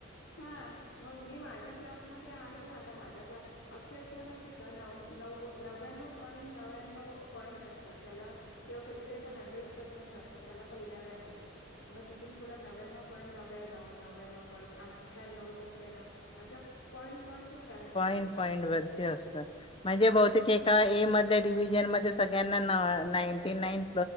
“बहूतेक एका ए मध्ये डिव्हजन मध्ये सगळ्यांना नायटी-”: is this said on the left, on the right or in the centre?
Left